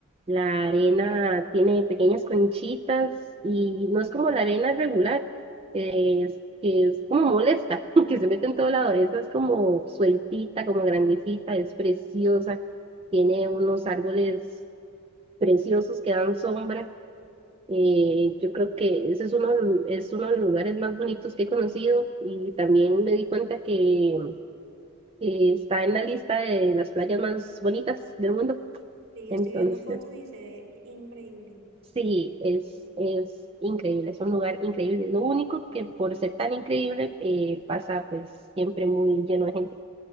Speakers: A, on the right; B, on the right.
A: la arena tiene pequeñas conchitas y no es como la arena regular, que es, que es como molesta, <laughs> que se mete en todo lado. Esa es como sueltita, como grandecita, es preciosa, tiene unos árboles preciosos que dan sombra. Eh, yo creo que ese es uno, de los- es uno de los lugares más bonitos que he conocido y también me di cuenta que, que está en la lista de las playas más bonitas del mundo.
B: Sí, estoy
A: Entonces,
B: viendo fotos y se ve increíble.
A: sí, es, es increíble, es un lugar increíble. Lo único que por ser tan increíble eh, pasa pues siempre muy lleno de gente,